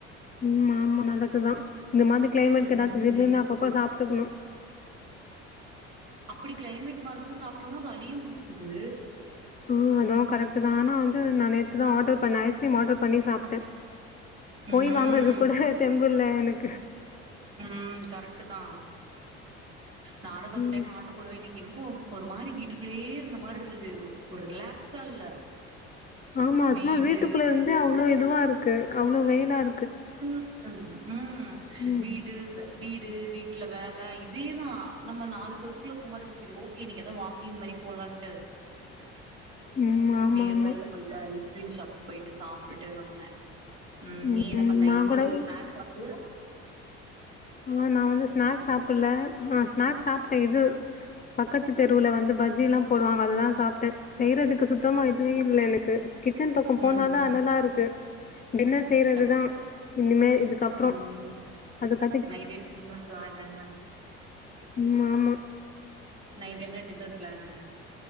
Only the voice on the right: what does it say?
ம்
இப்டி கிளைமேட் மாறுதுன்னு சாப்ட்டோனா சளியு புடிச்சிக்குது
ம்
உம் கரெக்ட் தான் நானு சம்டைம்
ஆர்டர் போடுவே இன் என்னமோ ஒரு மாரி வீட்டுக்குள்ளயே இருந்த மாதிரி இருந்தது ஒரு ரிலாக்ஸா இல்ல
வீடு
<unintelligible> உம்
வீடு வே வீடு வீட்டுல வேல இதேதா நம்ம நாலு சுவத்துக்குள்ள இருக்கிற மாரி இருக்கு சரி ஓகே இன்னைக்கு எதா வாக்கிங் மாரி போலான்ட்டு
நியர் பைல போயிட்டு ஐஸ் கிறீன்ஷாப் போயிட்டு சாப்ட்டுட்டு வந்தே உம்
நீ என்ன அப்ப நா
இனி்
எது ஸ்னாக்ஸ் <unintelligible>
ம்
கரெக்ட்
ம்
நைட் என்ன டின்னர் பிளானு
நைட் என்ன டின்னர் பிளா ப்ளானு